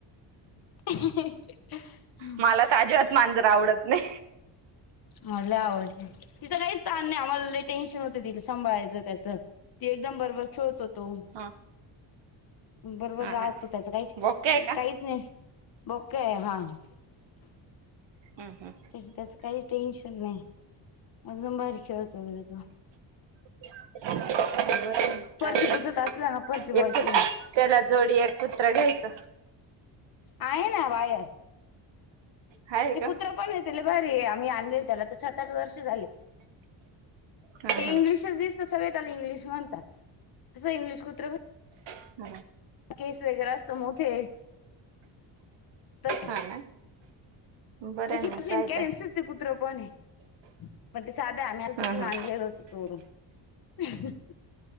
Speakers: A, on the left; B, on the right.
A: <unintelligible>
B: मला तर अजिबात मांजर आवडत नाय.
A: मला लय आवडते तिच काहीच ताण नाही आम्हाला लय टेन्शन होत ती सांभाळायचं त्याचं ती एकदम बरोबर खेळत होतो.
B: हा
A: बरोबर राहतो
B: ना
A: त्याच काय
B: बोके आहे का
A: काहीच नाही बोकळ ये हा <unintelligible>
B: अहं
A: तिज त्याच काहीचं टेन्शन नाय एदम भारी खेळतो बिळतो.
B: <unintelligible>
A: फरची पुसत असला ना फरची मशीन
B: एक कुत त्याला जोडी एक कुत्र घ्यायच.
A: आहे ना बायर
B: हाय
A: ते
B: का
A: कुत्र पण ये ते लय भारी ये आम्ही आणलेल त्याला त सात आठ वर्ष झालेत.
B: हा
A: ते इंग्लिशच दिसत सगळे त्याला इंग्लिश म्हणता अस इंग्लिश कुत्र
B: <unintelligible>
A: केस वगैरे असत मोठे तसय
B: हा ना बरं
A: जशी
B: आहे मग काय तर
A: <unintelligible> कुत्र पण ये पण ते साध ये आम्ही तिथून
B: ह
A: आणलेल
B: ह
A: होत चोरून <unintelligible>